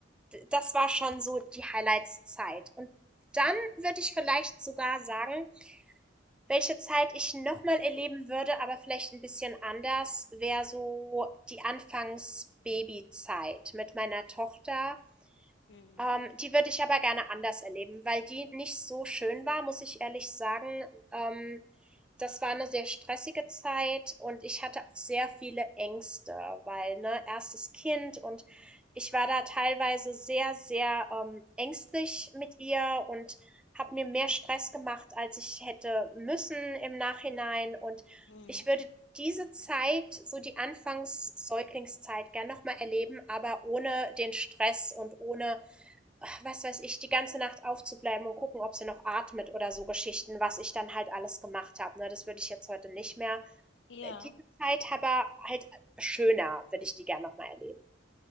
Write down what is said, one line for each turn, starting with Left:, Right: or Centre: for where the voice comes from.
Centre: das war schon so die Highlights-Zeit. Und dann würde ich vielleicht sogar sagen, welche Zeit ich nochmal erleben würde, aber vielleicht ein bisschen anders, wäre so die Anfangs-Baby-Zeit mit meiner Tochter
Left: Mhm.
Centre: ähm, die würde ich aber gerne anders erleben, weil die nicht so schön war, muss ich ehrlich sagen. Ähm, das war eine sehr stressige Zeit und ich hatte auch sehr viele Ängste, weil, ne, erstes Kind und ich war da teilweise sehr, sehr ähm, ängstlich mit ihr und habe mir mehr Stress gemacht, als ich hätte müssen im Nachhinein. Und
Left: Mhm.
Centre: ich würde diese Zeit, so die Anfangs-Säuglingszeit, gern nochmal erleben, aber ohne den Stress und ohne was weiß ich, die ganze Nacht aufzubleiben und gucken, ob sie noch atmet oder so Geschichten, was ich dann halt alles gemacht habe. Ne? Das würde ich jetzt heute nicht mehr.
Left: Ja,
Centre: Äh, Diese Zeit aber halt schöner, würde ich die gern nochmal erleben.